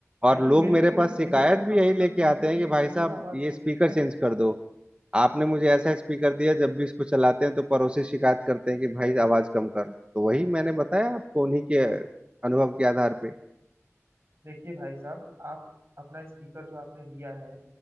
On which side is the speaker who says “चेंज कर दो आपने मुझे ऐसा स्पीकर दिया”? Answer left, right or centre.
Right